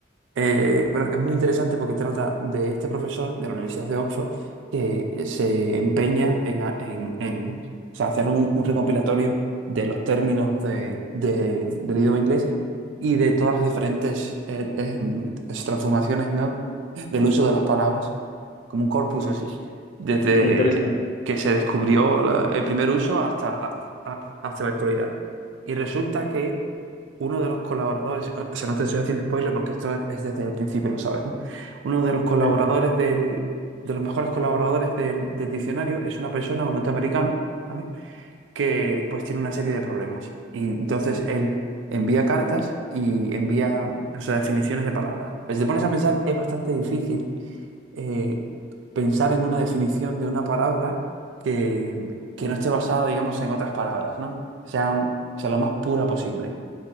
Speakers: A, on the right; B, on the left.
A: Eh, pero es muy interesante porque trata de este profesor de la Universidad de Oxford que eh, se empeña en, a- en- en, o sea, hacer un, un recopilatorio de los términos de- de- del idioma inglés y de todas las diferentes eh, em, transformaciones, ¿no? del uso de las palabras, como un corpus así, desde
B: Qué qué interesante.
A: que se descubrió la- el primer uso hasta, a- a- hasta la actualidad. Y resulta que uno de los colaboradores, o sea, no te estoy haciendo spoiler porque esto es, desde el principio, lo sabes, ¿no? Uno de los colaboradores
B: Sí,
A: del, de los mejores colaboradores del, del diccionario es una persona, un norteamericano, ¿vale? Que pues tiene una serie de problemas. Y entonces él envía cartas y envía, o sea, definiciones de palabras. pues si te pones a pensar, es bastante difícil eh, pensar en una definición de una palabra que, que no esté basada, digamos, en otras palabras, ¿no? Que sea, un- sea lo más pura posible.